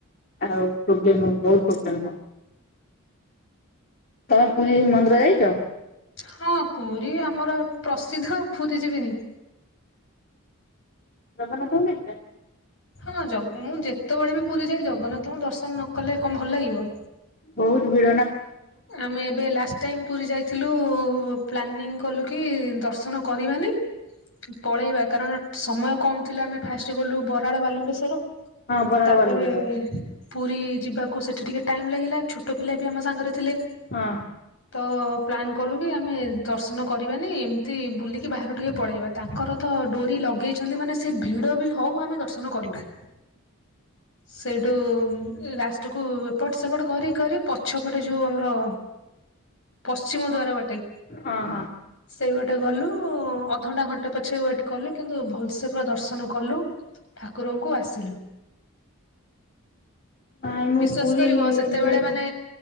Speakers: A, on the left; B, on the left.
A: ଆଉ ପ୍ରୋବ୍ଲେମ ବହୁତ ପ୍ରୋବ୍ଲେମ। ତମେ ପୁରୀରେ ମନ୍ଦିର ଯାଇଚ?
B: ହଁ ପୁରୀ ଆମର ପ୍ରସିଦ୍ଧ ପୁରୀ ଯିବିନି।
A: ଜଗନ୍ନାଥ <unintelligible>
B: ହଁ ଜଗ ମୁଁ ଯେତେବେଳେ ବି ପୁରୀ ଯାଏ, ଜଗନ୍ନାଥଙ୍କୁ ଦର୍ଶନ ନ କଲେ କଣ ଭଲ ଲାଗିବ।
A: ବହୁତ ଭିଡ଼
B: ଆମେ ଏବେ ଲାଷ୍ଟ ଟାଇମ୍ ପୁରୀ ଯାଇ ଥିଲୁ ପ୍ଲାନିଂ କଲୁ କି ଦର୍ଶନ କରିବାନି ପଳେଇବା କାରଣ ସମୟ କମ୍ ଥିଲା ଆମେ ଫାଷ୍ଟ ଗଲୁ ବରାଳ ବାଲୁଙ୍କେ ଶର
A: ହଁ ବରାଳ
B: ତାପରେ
A: ବାଲୁକେଶ୍ୱର
B: ପୁରୀ ଯିବାକୁ ସେଠି ଟିକେ ଟାଇମ୍ ଲାଗିଲା ଛୋଟ ପିଲା ବି ଆମ ସାଙ୍ଗରେ ଥିଲେ।
A: ହଁ।
B: ତ ପ୍ଲାନ୍ କଲୁ କି ଆମେ ଦର୍ଶନ କରିବାନି ଏମିତି ବୁଲିକି ବାହାରୁ ଟିକେ ପଳେଇବା ତାଙ୍କର ତ ଡୋରି ଲଗେଇଛନ୍ତି ମାନେ ସେ ଭିଡ ବି ହଉ ଆମେ ଦର୍ଶନ କରିବା। ସେଇଠୁ ଲାଷ୍ଟ କୁ ଏପଟ ସେପଟ କରି କରି ପ ଗଛପଟେ ଯୋଉ ଆମର ପଶ୍ଚିମ ଦ୍ଵାର ବାଟେ
A: ହଁ ହଁ
B: ସେଇ ପଟେ ଗଲୁ ଅଧଘଣ୍ଟା ଘଣ୍ଟେ ପଛେ ୱେଟ କଲୁ କିନ୍ତୁ ଭଲସେ ପୁରା ଦର୍ଶନ କଲୁ। ଠାକୁରଙ୍କୁ ଆସିଲୁ
A: ନାଇଁ ମୁଁ
B: ବିଶ୍ଵାସ
A: ପୁରୀ
B: କରିବ ସେତେବେଳେ
A: ଯାଇଛି।
B: ମାନେ